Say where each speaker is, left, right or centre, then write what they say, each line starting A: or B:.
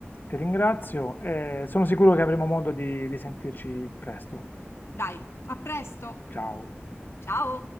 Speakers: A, on the left; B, on the left.
A: Ti ringrazio e sono sicuro che avremo modo di risentirci presto.
B: Dai, a presto.
A: Ciao.
B: Ciao.